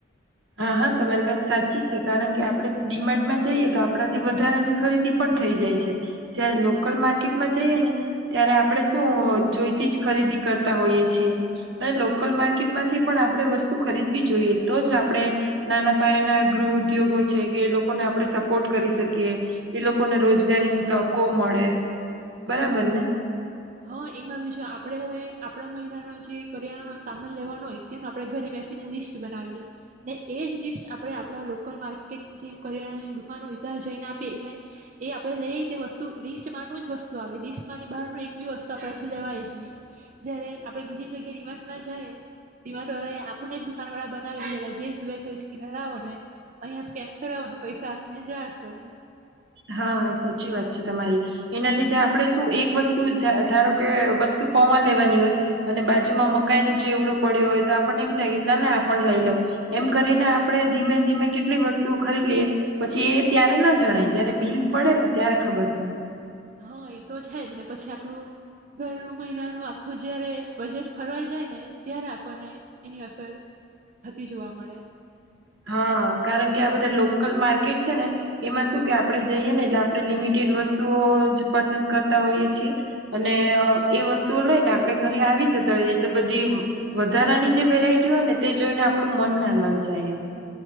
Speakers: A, on the right; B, on the right.
A: હા હા તમારી વાત સાચી છે કારણ કે આપણે ડિમાન્ડમાં જઈએ તો આપણાથી વધારાની ખરીદી પણ થઈ જાય છે, જયારે લોકલ માર્કેટમાં જઈએ ને ત્યારે આપણે શું જોઈતી જ ખરીદી કરતા હોઈય છીએ, અને લોકલ માર્કેટમાંથી પણ આપણે વસ્તુ ખરીદવી જોઈએ તો જ આપણે, નાના પાયાના ગૃહ ઉદ્યોગો છે કે એ લોકોને આપણેે સપોર્ટ કરી શકીએ, એ લોકોને રોજગારીની તકો મળે, બરાબર ને.
B: હા એમાં બીજ આપણેે હવે આપણા મહિનાનો જે કરિયાણાનો સામાન લેવાનો હોય તેનો આપણેે ઘરે બેસીને લિસ્ટ બનાવીએ, ને એ જ લિસ્ટ આપણે આપણા લોકલ માર્કેટની જે કરિયાણાની દુકાનો હોય ત્યાં જઈને આપીએ એટલે, એ આપણે લઈ તે વસ્તુ લિસ્ટમાંનું જ વસ્તુ આવે લિસ્ટ ની બહારનું ી વસ્તુ આપણાથી લેવાય જએ, જયારે આપે બીજી જગ્યાએ રિમાર્ટમાં જઈએ રિમાર્ટ વાળા આપણેને દુકાન વાળા બનાવી દીલા જે જુએ તે સ્કીન લાવો ને, અહિયાયા સ્કેન કરાવોને પૈસા આપીને જયા કરું.
A: હા હા સાચી વાત છે તમારી, એના લીધે આપડણે શું એક વસ્તુ ધારો કે વસ્તુ પૌવા લેવાની હોય, અને બાજુમાં મકાઈ ન ચેવડો પડ્યો હોય તો આપણને એમ થાય કે ચાલ ને આપ લઈ, લવ એમ કરીને આપણે ધીમે ધીમે કેટલી વસ્તુ ખરીદીએ, પછી એ ત્યારે ના જણાય. જયારે બિલ પડે ને ત્યારે ખબર પડે.
B: હા એ તો છે જ ને પછી આપણું ઘરનું મહિનાનું આખું જયારે બજેટ ફરવાઈ જાય ને ત્યારે આપણને એની અસર થતી જોવા મળે.
A: હા કારણ કે આ બધા લોકલ માર્કેટ છે ને એમાં શું કે આપણે જઈએ ને એટલે, આપણે લિમિટેડ વસ્તુઓ જ પસંદ કરતા હોઈએ છીએ, અને એ વસ્તુઓ લઈને આપણે ઘરે આવી જતા હોઈએ એટલે બધી વધારાની જે વેરાઈટી હોય ને તે જોઈને આપડું મન ના લલ જાય એમ.